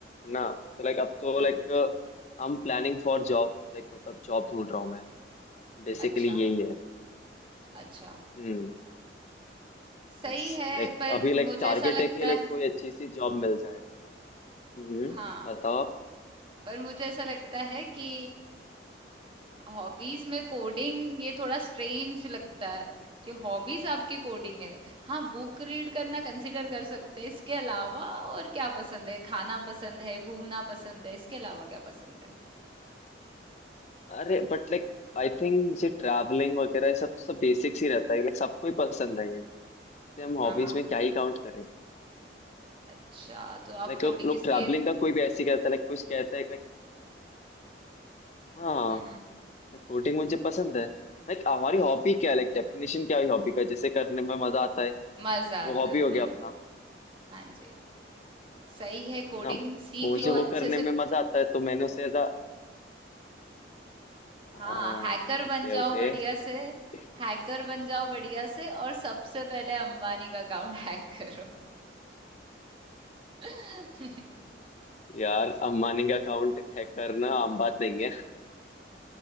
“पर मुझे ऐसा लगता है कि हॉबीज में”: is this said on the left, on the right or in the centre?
Right